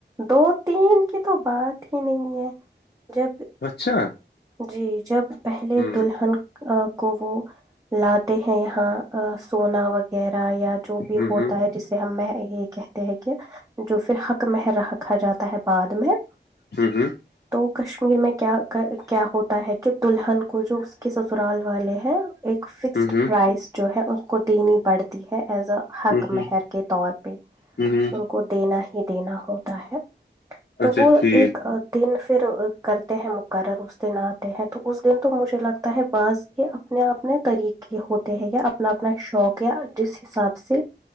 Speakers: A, on the right; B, on the left.
A: دو تین کی تو بات ہی نہیں ہے جب
B: اچھا
A: جی جب پہلے
B: ہوں
A: دلہن کو وہ لاتے ہیں یہاں سونا وہ وغیرہ یا جو بھی
B: ہوں
A: ہوتا ہے جسے ہم یہ کہتے ہیں کہ جو پھر حق مح رہکھا جاتا ہے بعد میں
B: ہوں ہوں
A: تو کشمیر میں کیا کیا ہوتا ہے کہ دلہن کو جو اس کے سسرال والے ہیں ایک فکسڈ
B: ہوں ہوں
A: پرائز جو ہے اس کو دینی پڑتی ہے ایز اے حق
B: ہوں ہوں
A: مہر
B: ہوں
A: کے طور پہ
B: ہوں ہوں
A: ان کو دینا ہی دینا ہوتا ہے تو
B: اچھا
A: وہ
B: ٹھیک
A: ایک دن پھر کرتے ہیں مقرر اس دن آتے ہیں تو اس دن تو مجھے لگتا ہے بعض یہ اپنے اپنے طریقے ہوتے ہیں یا اپنا اپنا شوق یا جس حساب سے